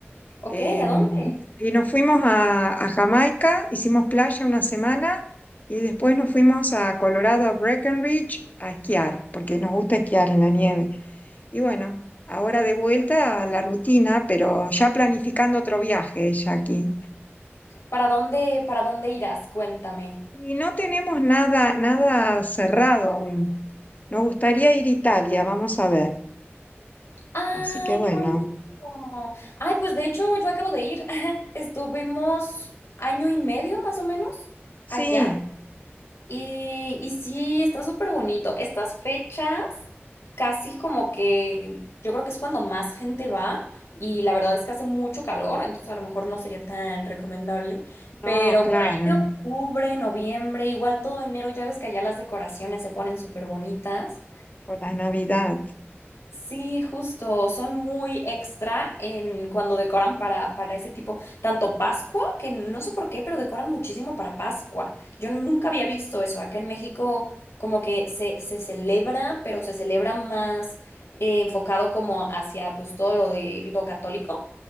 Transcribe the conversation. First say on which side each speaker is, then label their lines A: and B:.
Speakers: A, on the left; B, on the left.
A: Ok,
B: Em,
A: ¿a dónde?
B: y nos fuimos a, a Jamaica, hicimos playa una semana y después nos fuimos a Colorado, a Breckenridge, a esquiar, porque nos gusta esquiar en la nieve. Y bueno, ahora de vuelta a la rutina, pero ya planificando otro viaje, Jackie.
A: ¿Para dónde, para dónde irás? Cuéntame.
B: Y no tenemos nada, nada cerrado aún. Nos gustaría ir a Italia, vamos a ver.
A: Ay,
B: Así que bueno,
A: qué bonito. Ay, pues de hecho yo acabo de ir. <laughs> Estuvimos año y medio más o menos
B: sí,
A: allá. Y, y sí, está súper bonito. Estas fechas, casi como que yo creo que es cuando más gente va y la verdad es que hace mucho calor, entonces a lo mejor no sería tan recomendable, pero
B: no, claro,
A: por ahí de octubre, noviembre, igual todo enero, ya ves que allá las decoraciones se ponen súper bonitas.
B: con la Navidad.
A: Sí, justo, son muy extra en cuando decoran para, para ese tipo, tanto Pascua, que no sé por qué, pero decoran muchísimo para Pascua. Yo nunca había visto eso. Acá en México como que se, se celebra, pero se celebra más eh, enfocado como hacia pues todo lo de lo católico.